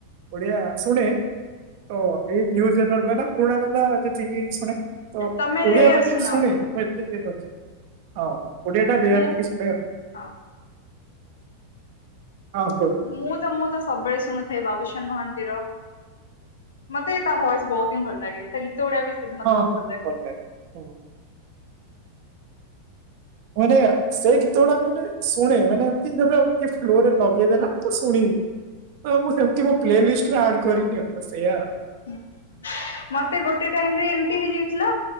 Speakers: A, on the right (about 45°); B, on the left (about 65°).
A: ଓଡିଆ ଶୁଣେ, ତ ଏଇ ନିଉ ଜେନର ବାଲା ପୁରୁଣା ବାଲା ଯେତିକି ଶୁଣେ ତ
B: ତମେ
A: ଓଡିଆ
B: ରେୟାର
A: ମାନେ
B: ଶୁଣ
A: ଶୁଣେ <unintelligible> ହଁ ଓଡ଼ିଆ ଟା ରେୟ
B: ମୁଁ
A: ଟିକେ ଶୁଣେ।
B: ହଁ
A: ହଁ କୁହ।
B: ମୁଁ ତ ମୁଁ ତ ସବୁବେଳେ ଶୁଣୁଥାଏ ବାବୁସାନ ମହାନ୍ତିର। ମତେ ତା ଭଏସ ବହୁତ ହିଁ ଭଲ ଲାଗେ ତା ଗୀତ ଗୁଡ଼ା ଆ ବି ସେ ମତେ
A: ହଁ
B: ବହୁତ
A: ହଁ
B: ଭଲ ଲାଗେ।
A: ହଁ ମାନେ ସେ ଗୀତ ଗୁଡାକ ମାନେ ଶୁଣେ ମାନେ ଏମତି ସେଟା ଫ୍ଲୋରରେ ଲଗେଇଦେଲା ତ ଶୁଣି ତ ମୁଁ ସେମତି ମୋ ପ୍ଲେଲିଷ୍ଟରେ ଆଡ କରିନି ଆଉ ବାସ ଏଇଆ।
B: ହୁଁ ମତେ ଗୋଟେ ଟାଇମ ରେ ଏମିତି ହେଇଯାଇ ଲା